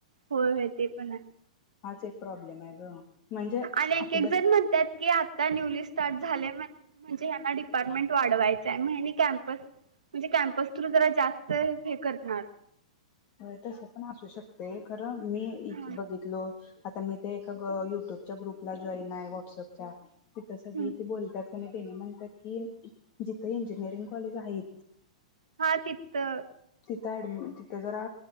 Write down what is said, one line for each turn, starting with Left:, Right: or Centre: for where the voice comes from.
Right: होय ते पण आहे.
Left: हाच एक प्रॉब्लेम आहे ग. म्हणजे
Right: आणि एक
Left: आपलं
Right: एक जण म्हणतात की आता न्यूली स्टार्ट झाले म्हणजे? म्हणजे यांना डिपार्टमेंट वाढवायचा म यांनी कॅम्पस म्हणजे कॅम्पस थ्रू जास्त हे करणार.
Left: होय तसं पण असू शकतोय खरं. मी इथं
Right: हा
Left: बघितलो. आता मी ते एका युट्यूबच्या ग्रुपला जॉईन आहे. व्हॉटसअपच्या. तिथ सगळी
Right: हम्म.
Left: तेे बोलतात कि नी. तेनी म्हणतात की जिथे इंजिनिअरिंग कॉलेज आहेत.
Right: हा तिथं.
Left: ऍड तिथं जरा